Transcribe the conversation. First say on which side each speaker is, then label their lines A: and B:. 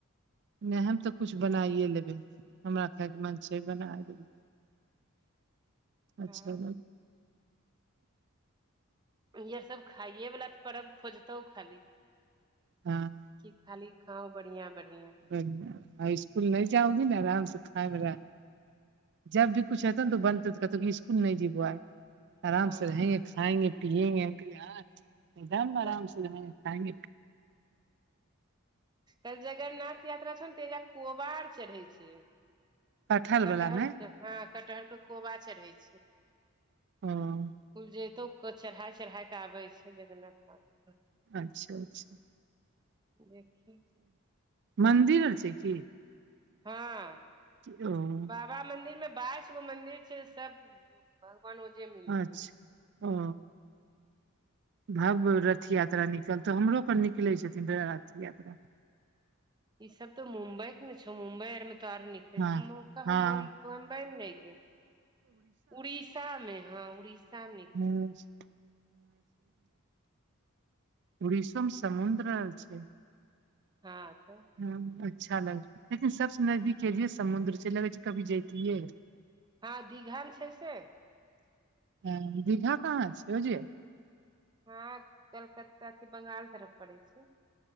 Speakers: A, on the right; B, on the right.
A: नय हम तऽ कुछ बनाइए लेबै हमरा खायके मन छै बना देबै
B: <inaudible>
A: अच्छा
B: हँ इह सब खाइए वला तऽ परब खोजतौ खाली।
A: हँ
B: कि खाली खाउ बढ़ियां बढ़ियां
A: हूं इसकुल नय जाउगी ने आराम से खायब रह जब भी कुछ बनतौ त कहतौ स्कुल नय जेबो आय
B: हँ
A: आराम से <unintelligible> हम कहलियै हं एकदम
B: तऽ
A: आराम <unintelligible>
B: कल जगन्नाथ यात्रा छौ ने तेजा कोबार चढ़ै छै
A: कटहल
B: कटहर
A: बला ने
B: के हँ कटहर के कोबा चड़है छै।
A: ओ
B: कुल जैतो चढ़ाय चढ़ाय क आबै छै जगन्नाथ बाबा पर।
A: अच्छा अच्छा।
B: देखि।
A: मन्दिर आओर छै की
B: हँ
A: किरोऽ
B: बाबा मंदिर मे बाइस गो मंदिर छै सब भगवान ओजे मिलथिन
A: अच्छा
B: <inaudible>
A: ओ भव्य रथ यात्रा निकलतौ हमरो पर निकलै छथिन रथ यात्रा
B: ई सब तो मुम्बई के ने छौ मुम्बई आर मे तो आर निक कह
A: हँ
B: <unintelligible>
A: हँ
B: मुंबई मे नय गै उड़ीसा मे हँ उड़ीसा मे निकले
A: <unintelligible> उड़िसोमे समुद्र छै
B: हँ तऽ
A: ह अच्छा लग लेकिन सबसे नजदीके जे समुद्र छै लगै छै कभी जतिये
B: हँ दीघन छै। से
A: हं दीघा कहाँ छै ओ जे
B: हँ कलकत्ता के बंगाल तरफ पड़ै छै